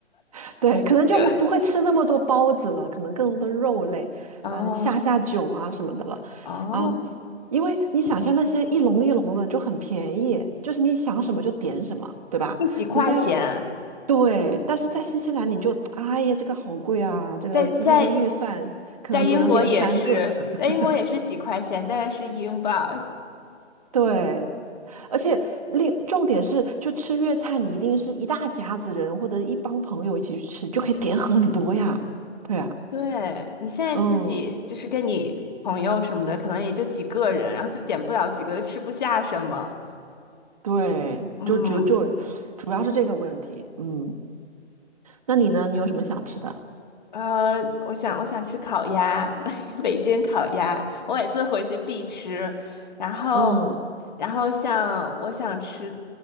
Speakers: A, on the right; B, on the left.
A: <laughs> 对，可能就不会吃那么多包子了，
B: 行。<laughs>
A: 可能更多的肉类，
B: 哦
A: 嗯，下下酒啊什么的了。
B: 哦，
A: 嗯，因为你想象那些一笼一笼的就很便宜，就是你想什么就点什么，对吧？
B: 就几块钱，
A: 你在对，但是在新西兰你就哎呀，这个好贵啊，这个今天的预算可能只能点三个。
B: 在在在英国也是，在英国也是几块钱，
A: <laughs>
B: 但是是英镑。
A: 对，而且另重点是，就吃粤菜，你一定是一大家子人或者一帮朋友一起去吃，就可以点很多呀。对啊，
B: 对，你现在自己就是跟你朋友什么的，
A: 嗯，
B: 可能也就几个人，然后就点不了几个，吃不下什么。
A: 对，
B: 嗯，
A: 就只有就主要是这个问题。嗯，那你呢？你有什么想吃的？
B: 呃，我想我想吃烤鸭，<laughs> 北京烤鸭，我每次回去必吃。然后，
A: 嗯，
B: 然后像我想吃，